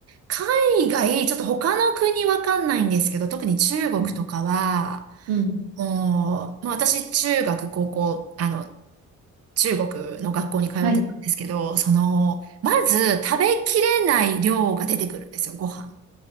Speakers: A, on the right; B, on the right.
A: 海外、ちょっと他の国わかんないんですけど、特に中国とかは、
B: うんうん。
A: もう、まあ、私、中学、高校、あの、中国の学校に通ってたんですけど、
B: はい。
A: その、まず食べきれない量が出てくるんですよ、ご飯。